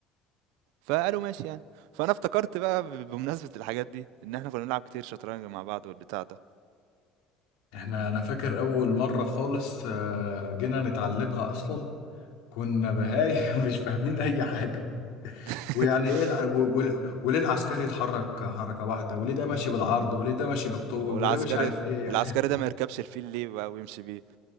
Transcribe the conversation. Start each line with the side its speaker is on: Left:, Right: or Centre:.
Right: فقالوا ماشي يعني فانا افتكرت بقى ب- بمناسبه الحاجات دي ان احنا كنا بنلعب كتير شطرنج مع بعض والبتاع ده
Left: احنا انا فاكر اول مرة خالص آه، جينا نتعلمها اصلا كنا بهاي <laughs> مش فاهمين اي حاجة
Right: <laughs>
Left: ويعني ايه الع... و... و... وليه العسكري يتحرك حركة واحدة وليه ده ماشي بالعرض وليه ده ماشي بالطول
Right: والعسكري
Left: وليه مش عارف ايه
Right: العسكري ده ما يركبش الفيل ليه بقى ويمشي بيه